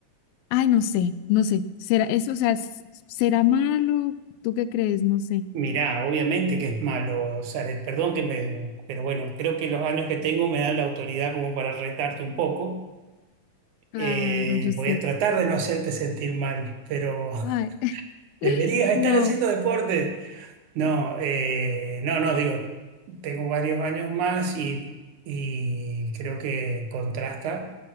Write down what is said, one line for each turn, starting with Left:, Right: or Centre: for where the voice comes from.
Left: Ay, no sé, no sé. ¿Será eso, o sea, s- será malo? ¿Tú qué crees? No sé.
Right: Mirá, obviamente que es malo, Zaret, perdón que me, pero bueno, creo que los años que tengo me dan la autoridad como para retarte un poco.
Left: Claro,
Right: Eh,
Left: yo sé.
Right: voy a tratar de no hacerte sentir mal, pero <laughs>
Left: Ay, <laughs>
Right: deberías estar
Left: no.
Right: haciendo deporte. No, eh, no, no, digo, tengo varios años más y, y creo que contrasta